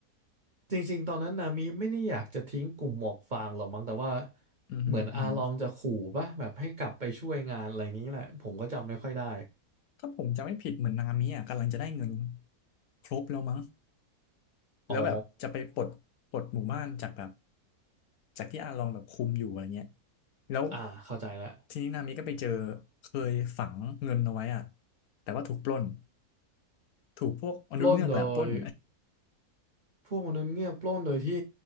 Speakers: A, on the right; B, on the left.
A: จริงๆตอนนั้นนามิไม่ได้อยากจะทิ้งกลุ่มหมวกฟางหรอกมั้งแต่ว่า
B: อืมฮึอืมฮึ
A: เหมือนอาลองจะขู่ป่ะแบบให้กลับไปช่วยงานอะไรนี้แหละผมก็จำไม่ค่อยได้
B: ถ้าผมจะไม่ผิดเหมือนนามิอ่ะกำลังจะได้เงินครบแล้วมั้งแล้วแบบจะไปปลดปลดหมู่บ้านจากแบบ
A: อ๋อ
B: จากที่อาลองแบบคุมอยู่อะไรเงี้ยแล้ว
A: อ่าเข้าใจแล้ว
B: ทีนี้นามิก็ไปเจอเคยฝังเงินเอาไว้อ่ะแต่ว่าถูกปล้น ถูกพวกมนุษย์เงือกแหละปล้น
A: ปล้นโดย พวกมนุษย์เงือกปล้นโดยที่